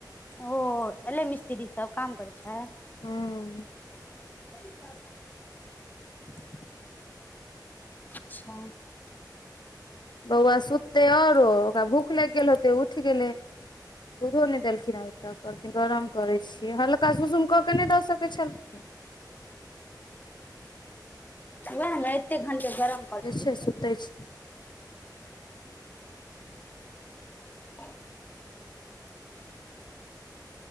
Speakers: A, on the left; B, on the left.
A: ओ एले मिस्त्री सभ काम करै छै।
B: हँ।
A: <unintelligible>
B: <inaudible>
A: अच्छा।
B: बौआ सुते आरो ओकरा भूख लागि गेल होते उठ। उठि गेलै दूधो नहि देलखिन आबे तक कहलखिन गरम करै छियै हल। का सऽ कुसुम कऽ के नहि दऽ सकैत छलखिन।
A: ओएह ने एते घण्टे गरम। करतै
B: य सुतै छै।
A: <inaudible>